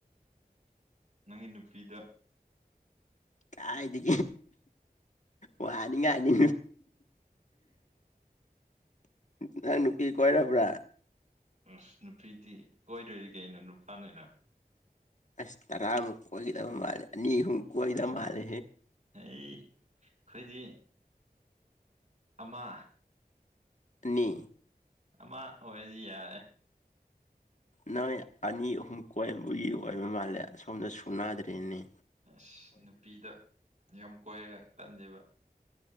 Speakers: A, on the right; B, on the left.
A: ꯎꯝ ꯅꯪꯒꯤ ꯅꯨꯄꯤꯗ
B: ꯀꯥꯏꯗꯤ ꯋꯥꯅꯤꯉꯥꯏꯅꯤ ꯊꯅꯅꯨꯡ ꯀ ꯀꯣꯏꯔꯕ꯭ꯔꯥ
A: ꯑꯁ ꯅꯨꯄꯤꯗꯤ ꯀꯣꯏꯗꯣꯏꯗꯤ ꯀꯩꯅꯣ ꯅꯨꯄꯥꯅꯤꯅ
B: ꯑꯁ ꯇꯔꯥꯃꯨꯛ ꯀꯋꯥꯈꯤꯗꯕ ꯃꯥꯂꯦ ꯑꯅꯤꯍꯨꯛ ꯀꯈꯤꯗꯕ ꯃꯥꯂꯦꯍꯦ
A: ꯑꯩ ꯑꯩꯈꯣꯏꯗꯤ ꯑꯃ
B: ꯑꯅꯤ
A: ꯑꯃ ꯑꯣꯏꯔꯁꯤ ꯌꯥꯔꯦ
B: ꯅꯣꯏ ꯑꯅꯤ ꯑꯍꯨꯝ ꯀꯣꯏꯕꯒꯤ ꯑꯣꯏꯕ ꯃꯥꯜꯂꯦ ꯁꯁꯣꯝꯗ ꯁꯨꯅꯗ꯭ꯔꯔꯤꯅꯦ
A: ꯑꯁ ꯅꯨꯄꯤꯗ ꯌ ꯀꯣꯏꯔꯒ ꯀꯜꯂꯦꯕ